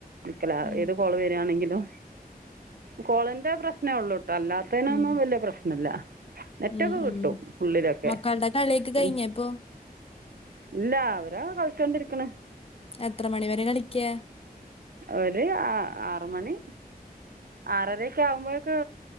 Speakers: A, on the right (about 75°); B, on the left (about 40°).
A: നിക്കല
B: ഉം
A: ഏത് കോള വരിയാണെങ്കിലും കോളിന്റെ പ്രശ്നേ ഉള്ളൂട്ടോ അല്ലാത്ത അതിനൊന്നും
B: ഉം
A: വലിയ പ്രശ്നമില്ലല്ല നെറ്റൊക്കെ
B: ഉം
A: കിട്ടും
B: ഉം
A: ഉുള്ളിലൊക്കെ
B: മക്കളുടെ കളിയൊക്കെ
A: പിന്ന
B: കഴിഞ്ഞോ ഇപ്പൊ?
A: ഇല്ല അവരാ കളിച്ചോണ്ടിരിക്കണ്
B: എത്ര മണിവരെ കളിക്കാ
A: ഒരു ആ ആറ് മണി ആറരൊക്കെ ആകുമ്പോഴേക്കെ